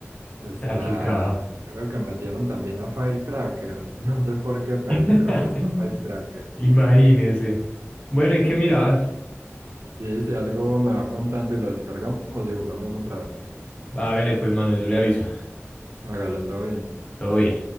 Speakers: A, on the right; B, on the left.
A: está...
B: Ah, qué caja.
A: Creo que metieron también a Firecracker. <laughs> No sé por qué, pero
B: <laughs>
A: yo creo que está Firecracker.
B: Imagínese. Bueno, hay que mirar.
A: Sí, si algo me va contando y lo descargamos y jugamos un rato.
B: Hágale pues, mano, yo le aviso.
A: Hágale todo bien.
B: Todo bien.